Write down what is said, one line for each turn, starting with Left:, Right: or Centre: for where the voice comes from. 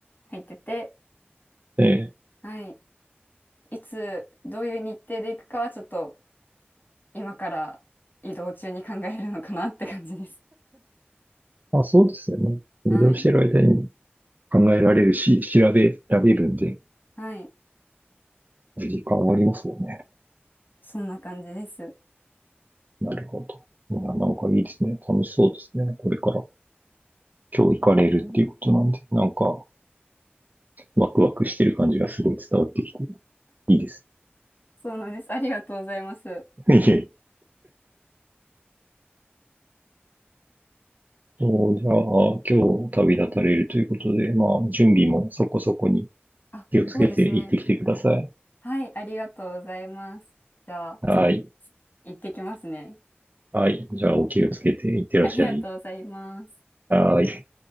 Left: 入ってて、
Right: ええ。
Left: はい。いつどういう日程で行くかはちょっと今から移動中に考えるのかなって感じです。
Right: まあ、そうですよね。移動してる間に
Left: <laughs> はい。
Right: 考えられるし、調べられるんで、
Left: はい。
Right: 時間はありますもんね。
Left: そんな感じです。
Right: なるほど。いなんかいいですね。楽しそうですね。これから。今日行かれるっていうことなんで、なんか、ワクワクしてる感じがすごい伝わってきて、いいです。
Left: そうなんです。ありがとうございます。
Right: <laughs> いえいえそうじゃあ、今日旅立たれるということで、まあ、準備もそこそこに
Left: あ、
Right: 気をつけて行ってきてください。
Left: そうですね。はい、ありがとうございます。じゃあ、
Right: はい。
Left: 行ってきますね。
Right: はい。じゃあ、お気をつけて行ってらっしゃい。
Left: ありがとうございます。
Right: はい。